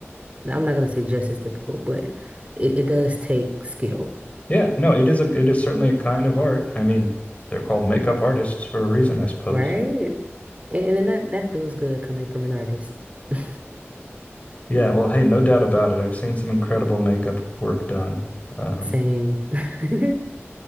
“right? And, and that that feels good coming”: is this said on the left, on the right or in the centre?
Right